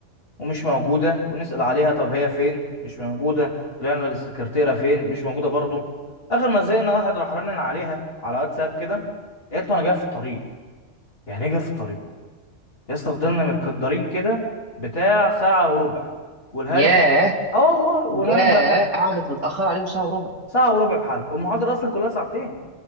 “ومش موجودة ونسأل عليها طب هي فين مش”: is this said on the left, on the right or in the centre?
Left